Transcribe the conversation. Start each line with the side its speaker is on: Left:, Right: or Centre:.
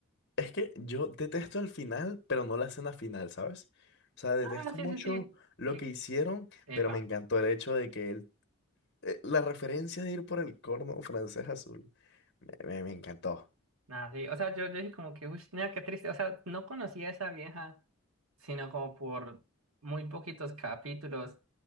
Left: Es que yo detesto el final, pero no la escena final, ¿sabes? O sea, detesto
Right: Ah, sí,
Left: mucho
Right: sí, sí.
Left: lo
Right: Que,
Left: que hicieron,
Right: epa,
Left: pero me encantó el hecho de que él... eh, La referencia de ir por el corno francés azul, me, me me encantó.
Right: nada, sí, o sea, yo, yo dije como que, uff, nada, qué triste, o sea, no conocía a esa vieja, sino como por muy poquitos capítulos,